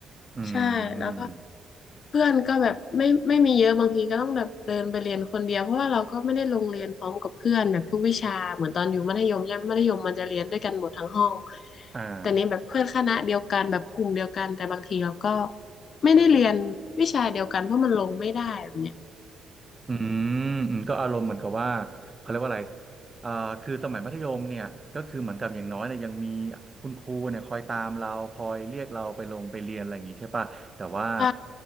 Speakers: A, on the right; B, on the left.
A: ออื
B: ใช่แล้วก็
A: ม
B: เพื่อนก็แบบไม่ไม่มีเยอะบางทีก็ต้องแบบเดินไปเรียนคนเดียวเพราะว่าเราก็ไม่ได้ลงเรียนพร้อมกับเพื่อนแบบทุกวิชาเหมือนตอนอยู่มัธยมใช่ไหมมัธยมมันจะเรียนด้วยกันหมดทั้งห้อง
A: อ่า
B: แต่นี้แบบเพื่อนคณะเดียวกันแบบกลุ่มเดียวกันแต่บางทีเราก็ไม่ได้เรียนวิชาเดียวกันเพราะมันลงไม่ได้แบบเนี้ย
A: อืมอืมก็อารมณ์เหมือนกับว่าเขาเรียกว่าอะไรอ่าคือสมัยมัธยมเนี่ยก็คือเหมือนกับอย่างน้อยเนี่ยยังมีคุณครูเนี่ยคอยตามเราคอยเรียกเราไปลงไปเรียนอะไรอย่างงี้ใช่ป่ะแต่ว่า
B: ใช่